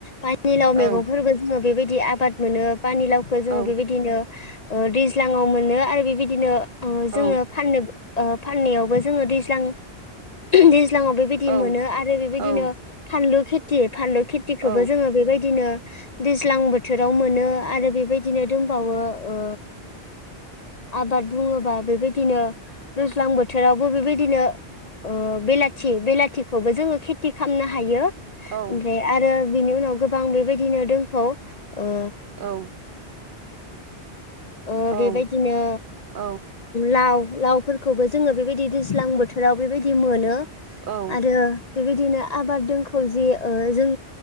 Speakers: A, on the left; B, on the right.
A: पानि लाव
B: औ
A: मेगं फोरबो जों बेबाय दि आबाद मोनो। पानि लावखौ जोङो
B: औ
A: बि-बिदिनो ओ दैज्लाङाव मोनो आरो बि-बिदिनो अ' जोङो
B: औ
A: फाननो ओ फाननायावबो जोङो दैज्लां दैज ज्लां बि-बिदि
B: औ
A: मोनो आरो बि-बिदिनो
B: औ
A: फानलु खिथि एब फानलु खेथिखौबो
B: औ
A: जोङो बेबायदिनो दैज्लां बोथोराव मोनो आरो बेबायदिनो दंबावो ओ आबाद बुङोबा बेबायदिनो दैज्लां बोथोरावबो बेबायदिनो ओ बेलाथि बेलाथिखौबो जोङो खेथि खालामनो हायो।
B: औ
A: ओमफ्राय आरो बिनि उनाव गोबां बेबायदिनो दोंखौ ओ
B: औ
A: ओ
B: औ
A: बेबायदिनो
B: औ औ
A: लाव लावफोरखौबो जोङो बेबायदि दैज्लां बोथोराव बेबायदि मोनो।
B: औ
A: आरो बेबायदिनो आबाद दोंखौ जे ओ जों